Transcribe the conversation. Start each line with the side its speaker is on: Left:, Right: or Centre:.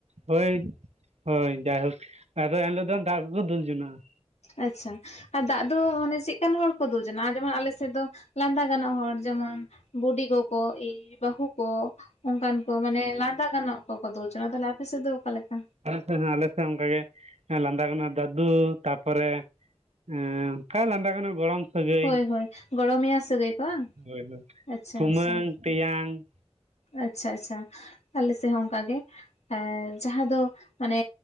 Right: ᱦᱳᱭ ᱦᱳᱭ ᱡᱟᱭᱦᱳᱠ ᱟᱫᱚ ᱮᱱᱦᱤᱞᱳᱜ ᱫᱚ ᱫᱟᱜ ᱠᱩᱠᱩ ᱫᱩᱞ ᱡᱚᱱᱟᱜᱼᱟ
Left: ᱟᱪᱪᱷᱟ ᱟᱨ ᱫᱟᱜ ᱫᱚ ᱢᱟᱱᱮ ᱪᱮᱫ ᱠᱟᱱ ᱦᱚᱲ ᱠᱚ ᱫᱩᱞ ᱡᱚᱱᱟᱜ-ᱟ ᱟᱨ ᱡᱮᱢᱚᱱ ᱟᱞᱮ ᱥᱮᱫ ᱫᱚ ᱞᱟᱸᱫᱟ ᱜᱟᱱᱚᱜ ᱦᱚᱲ, ᱡᱮᱢᱚᱱ ᱵᱩᱰᱤ ᱜᱚ ᱠᱚ ᱮᱭ ᱵᱟᱦᱩ ᱠᱚ, ᱚᱱᱠᱟᱱ ᱠᱚ ᱢᱟᱱᱮ ᱞᱟᱸᱫᱟ ᱜᱟᱱᱚᱜ ᱠᱚᱠᱚ ᱫᱩᱞ ᱡᱚᱱᱟ᱾ ᱟᱫᱚ ᱛᱟᱦᱚᱞᱮ ᱟᱯᱮ ᱥᱮᱫ ᱫᱚ ᱚᱠᱟᱞᱮᱠᱟ?
Right: ᱟᱞᱮᱥᱮᱫ ᱦᱚᱸ ᱟᱞᱮᱥᱮᱫ ᱚᱱᱠᱟ ᱜᱮ ᱞᱟᱸᱫᱟ ᱜᱟᱱᱚᱜ ᱫᱟᱫᱩ ᱛᱟᱯᱚᱨᱮ ᱮᱸ ᱚᱠᱟ ᱞᱟᱸᱫᱟ ᱜᱟᱱᱚᱜ ᱜᱚᱲᱚᱢ ᱥᱟᱹᱜᱟᱹᱭ
Left: ᱦᱳᱭ ᱦᱳᱭ ᱜᱚᱲᱚᱢᱮᱭᱟ ᱥᱟᱹᱜᱟᱹᱭ ᱠᱚ ᱵᱟᱝ
Right: ᱦᱳᱭ ᱦᱳᱭ
Left: ᱟᱪᱪᱷᱟ
Right: ᱠᱩᱢᱟᱹᱝ,
Left: ᱟᱪᱪᱷᱟ
Right: ᱛᱮᱭᱟᱝ-
Left: ᱟᱪᱪᱷᱟ ᱟᱪᱪᱷᱟ ᱟᱞᱮ ᱥᱮᱫ ᱦᱚᱸ ᱚᱱᱠᱟ ᱜᱮ᱾ ᱦᱮᱸ ᱡᱟᱦᱟᱸ ᱫᱚ ᱢᱟᱱᱮ